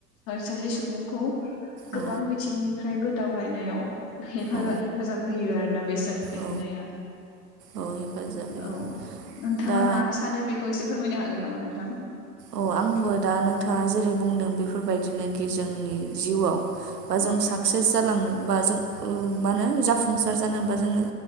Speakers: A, on the left (about 55°); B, on the right (about 75°).
A: सासे सुबुंखौ गोबां
B: औ
A: बिथिंनिफ्रायबो दावगानाय याव‌ हेफा
B: औ
A: हेफाजाब होयो आरोना बेसाद <unintelligible>
B: औ औ हेफाजाब होयो
A: औ नोंथाङा
B: दा
A: मा सानो बेखौ एसे फोरमायनो हागोन नामा नोंथां
B: अ आंबो दा नोंथाङा जेरै बुंदों बेफोर बायदिनो खि जोंनि जिउआव बा जों
A: औ
B: साक्सेस जालांनो बा जों उम मा होनो जाफुंसार जानो बा जोंनो